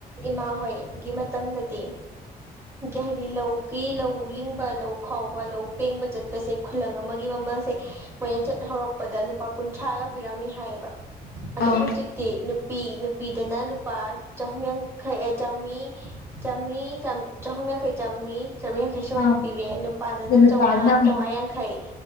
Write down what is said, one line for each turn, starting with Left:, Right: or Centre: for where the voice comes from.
Right: ꯏꯃꯥ ꯍꯣꯏ ꯒꯤ ꯃꯇꯝꯗꯗꯤ ꯍꯥꯏꯗꯤ ꯂꯧꯒꯤ ꯂꯧ ꯂꯤꯡꯕ ꯂꯧ ꯈꯥꯎꯕ ꯂꯧ ꯄꯦꯡꯕ ꯆꯠꯄꯁꯦ ꯈꯨꯂꯪ ꯑꯃꯒꯤ ꯃꯃꯜꯁꯦ ꯃꯣꯏꯅ ꯆꯠ ꯍꯧꯔꯛꯄꯗ ꯂꯨꯄꯥ ꯀꯨꯟꯊ꯭ꯔꯥꯒ ꯄꯤꯔꯝꯃꯦ ꯍꯥꯏꯌꯦꯕ ꯑꯗꯣ
Left: ꯑꯥ
Right: ꯍꯧꯖꯤꯛꯇꯤ ꯅꯨꯞ ꯅꯨꯄꯤ ꯅꯨꯄꯤꯗꯅ ꯂꯨꯄꯥ ꯆꯍꯨꯝ ꯌꯥꯡꯈꯩ ꯑ‌ꯦ ꯆꯔꯤ ꯆꯥꯝꯔꯤ ꯆꯍꯨꯝ ꯆꯪꯈꯩ ꯆꯝꯃꯔꯤ ꯆꯥꯝꯔꯤ ꯌꯥꯡꯈꯩ ꯁꯨꯃꯥꯏꯅ
Left: ꯑꯥ
Right: ꯄꯤꯔꯦ ꯅꯨꯄꯥꯗꯅ
Left: ꯑꯗꯨ ꯅꯨꯄꯥꯗꯨꯅ
Right: ꯆꯥꯝꯃꯉꯥ
Left: ꯑꯃꯨꯛ
Right: ꯆꯥꯝꯃꯉꯥ ꯌꯥꯡꯈꯩ